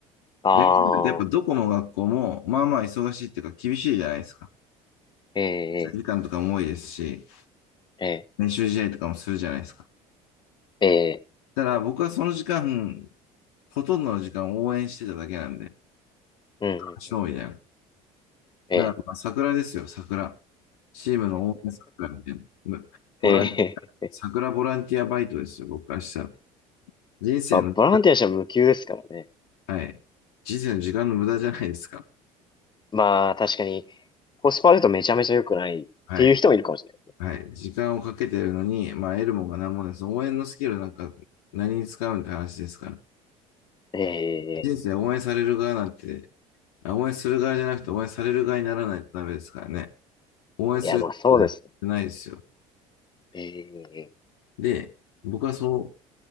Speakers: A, on the left; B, on the left.
A: ああ、
B: 野球部ってやっぱどこの学校も、まあまあ忙しいっていうか厳しいじゃないですか。
A: ええ
B: 時間とかも多いですし、
A: ええ
B: 練習試合とかもするじゃないですか。
A: ええええ
B: ただ僕はその時間、ほとんどの時間を応援してただけなんで、
A: うん、うん、うん、
B: 勝利だよ。
A: うん、ええ
B: だからまあ桜ですよ、桜。チームの応援桜みたいな。むボランティア、
A: <laughs> ええ
B: 桜ボランティアバイトですよ、僕からしたら。人生の時
A: まあ、ボランティアしても無給ですからね。
B: 間、はい。人生の時間の無駄じゃないですか。
A: まあ、確かに、コスパ悪いとめちゃめちゃ良くないっていう人もいるかもしれないですね。
B: はい。はい。時間をかけてるのに、まあ、得るもんが何もないです。応援のスキルなんか何に使うんって話ですから。
A: ええ
B: 人生応援される側なんて、あ応援する側じゃなくて応援される側にならないとダメですからね。応援するってなってないですよ。
A: いや、まあそうですね。ええ
B: で、僕はそ